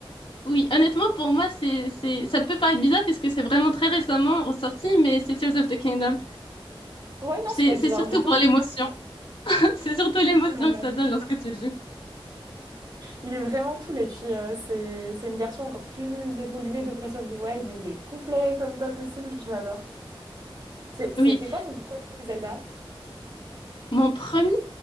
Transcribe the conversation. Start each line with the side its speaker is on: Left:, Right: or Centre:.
Left: oui, honnêtement pour moi, c'est, c'est, ça peut paraître bizarre puisque c'est vraiment très récemment ressorti, mais c'est Tears of the Kingdom.
Right: Ouais, non,
Left: C'est,
Right: c'est pas bizarre
Left: c'est surtout
Right: du tout.
Left: pour l'émotion. <laughs> C'est surtout l'émotion
Right: Normal.
Left: que ça donne lorsque tu le joues.
Right: Il est vraiment cool et puis euh, c'est c'est une version encore plus évoluée de Breath of the Wild, il est complet comme pas possible, je l'adore. C'est-
Left: Oui,
Right: C'était quoi ton premier Zelda?
Left: mon premier